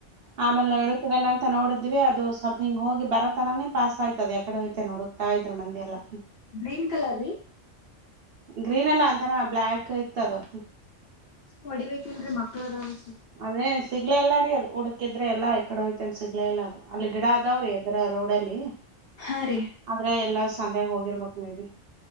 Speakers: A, on the right (about 60°); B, on the left (about 60°).
A: ಆಮೇಲೆ ಇಳಸುವೇನಂತ್ ತ ನೋಡಿದ್ವಿ ಅದು ಸ್ವಲ್ಪ ಹಿಂಗ ಹೋಗಿ ಬರತರಾನೇ ಪಾಸ್ ಆಯ್ತದ ಯಾವ್ಕಡೆ ಹೋಯ್ತನ್ ಹುಡುಕ್ತಾಕ ಇದ್ರ ಮಂದಿ ಎಲ್ಲ.
B: ಗ್ರೀನ್ ಕಲರ್ ರೀ.
A: ಗ್ರೀನ್ ಅಲ್ಲ ಒಂಥರ ಬ್ಲಾಕ್ ಇತ್ತದು.
B: ಹೊಡಿಬೇಕ ಅಂದ್ರೆ ಮಕ್ಳ ಅದಾವ್.
A: ಅದೇ ಸಿಗ್ಲೇ ಇಲ್ಲ ರೀ ಅದು ಹುಡುಕಿದ್ರೆ ಎಲ್ಲ ಕಡೆ ಹೋಯ್ತಲ್ ಸಿಗ್ಲೇ ಇಲ್ಲ ಅದು ಅಲ್ಲಿ ಗಿಡ ಅದಾವ್ರೀ ಅದ್ರ ರೋಡ್ ಅಲ್ಲಿ
B: ಹಾ ರೀ
A: ಆದ್ರೆ ಎಲ್ಲ ಸಂಧ್ಯಾಗ ಹೋಗಿರಬೇಕು ಮೇಬಿ.